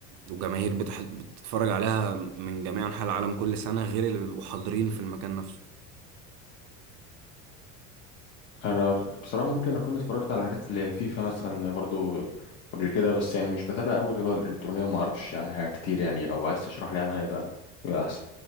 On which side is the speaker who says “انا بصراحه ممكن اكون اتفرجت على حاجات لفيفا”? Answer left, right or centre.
Left